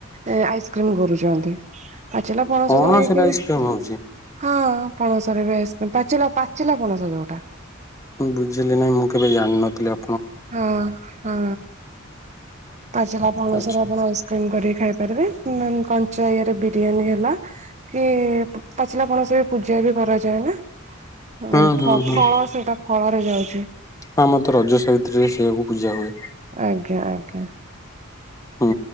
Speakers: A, on the right (about 35°); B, on the left (about 15°).
A: ଏଁ ଆଇସ୍କ୍ରିମ କରୁଚନ୍ତି ପାଚିଲା ପଣସକୁ
B: ପଣସରେ
A: ନେଇକି
B: ଆଇସ୍କ୍ରିମ୍
A: ବି
B: ହଉଛି।
A: ହଁ ପଣସରେ ବି ଆଇସକ୍ରିମ ପାଚିଲା ପାଚିଲା ପଣସ ଯୋଉଟା।
B: ବୁଝିଲି ନାଇଁ ମୁଁ କେବେ ଜାଣିନଥିଲି ଆ
A: ହଁ ହଁ ପାଚିଲା ପଣସର
B: ଆଚ୍ଛା।
A: ଆପଣ କ୍ରିମ କରିକି ଖାଇ ପାରିବେ <unintelligible> କଞ୍ଚା ଇରେ ବିରିୟାନୀ ହେଲା। କି ପାଚିଲା ପଣସ ବି ପୂଜା ବି କରାଯାଏ ନା। ହଁ
B: ହୁଁ ହୁଁ
A: ଫ ଫଳ
B: ହୁଁ
A: ସେଇଟା ଫଳରେ ଯାଉଚି।
B: ଆମର ତ ରଜ ସାବିତ୍ରୀରେ ସେଇଆକୁ ପୂଜା ହୁଏ।
A: ଆଜ୍ଞା ଆଜ୍ଞା।
B: ହୁଁ